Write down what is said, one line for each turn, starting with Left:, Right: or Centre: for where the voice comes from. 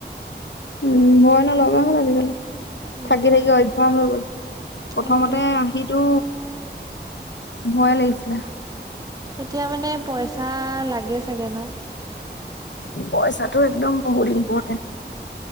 Left: উম, ভয় নলগা হ'ল আজিকালি,
Right: উম,
Left: থাকি থাকি অভ্যাস হৈ গ'ল।
Right: সেইটোৱে
Left: প্ৰথমতে আহিতো ভয় লাগিছিলে।
Right: এতিয়া, মানে, পইচা লাগে চাগে ন?
Left: পইচাটো একদম বহুত ইম্পৰ্টেণ্ট।